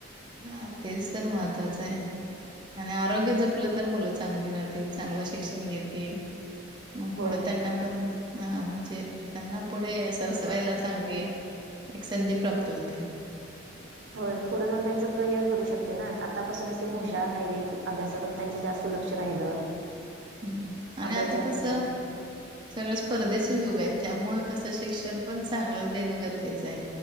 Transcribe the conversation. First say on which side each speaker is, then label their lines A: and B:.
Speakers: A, on the right; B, on the right.
A: हा तेच तर महत्वाचं आहे. आणि आरोग्य जपलं तर मुलं चांगली राहतील चांगलं शिक्षण घेतील. मग
B: होय.
A: पुढ त्यांना पण ह म्हणजे त्यांना पुढे सरसवायला चांगली. एक संधी प्राप्त होते.
B: होय पुढे जाऊन त्यांचं करियर घडू शकते ना आतापासूनच त्यांनी हुशार
A: हं.
B: राहिलेत. अभ्यासाकड त्यांचं जास्त लक्ष राहिलं.
A: हम्म आणि
B: अभ्यास
A: आता
B: जास्त
A: कस.
B: करायला लागले
A: सगळ स्पर्धेच युग आहे त्यामुळ कसं शिक्षण पण चांगलंच देणं गरजेचं आहे.